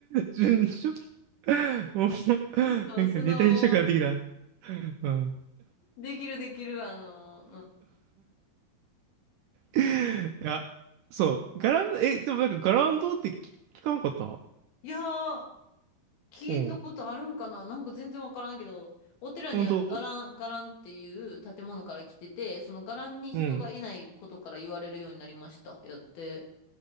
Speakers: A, on the right; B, on the left.
A: 純ジャパ。もう、
B: そう、
A: なんかネタにしたくなってきた。
B: その、
A: うん。
B: できるできる、あの、うん。
A: いや、そう。ガランド、え、でもなんかガランドって聞聞かなかった
B: いやー、聞いたことあるんかななんか全然わからんけど、
A: うん。
B: お寺にある伽藍、
A: 本当
B: 伽藍っていう建物から来てて、その伽藍に人がいないことから言われるようになりました。
A: うん。
B: やって。